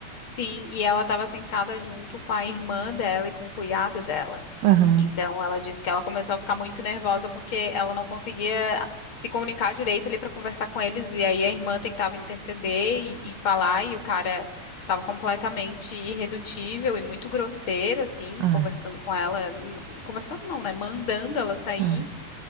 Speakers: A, on the left; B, on the right.
A: sim, e ela estava sentada junto com a irmã dela e com o cunhado dela.
B: Aham.
A: Então ela disse que ela começou a ficar muito nervosa porque ela não conseguia se comunicar direito ali para conversar com eles e aí a irmã tentava interceder e, e falar e o cara estava completamente irredutível e muito grosseiro assim,
B: Ah,
A: conversando com ela, n- conversando não, né, mandando ela sair
B: ah,